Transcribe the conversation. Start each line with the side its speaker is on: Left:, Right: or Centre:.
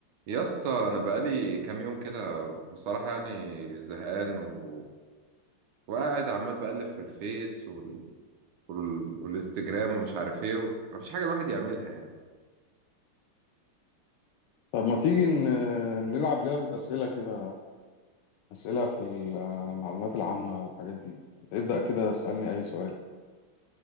Right: يا اسطى انا بقالي كام يوم كده بصراحه يعني زهقان و... وقاعد عمال بقلب في الفيس وال... وال... والانستجرام ومش عارف ايه و... مفيش حاجه الواحد يعملها يعني
Left: طب ما تيجي ن- نلعب لعبة أسئلة كده أسئلة في المعلومات العامة والحاجات دي ابدأ كده اسألني أي سؤال